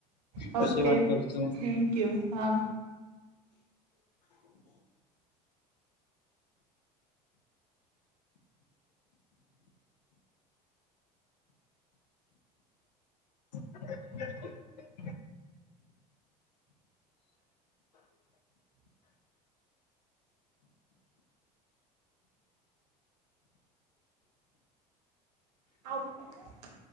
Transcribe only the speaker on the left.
પછી વાત કરશુ. <inaudible>
<inaudible>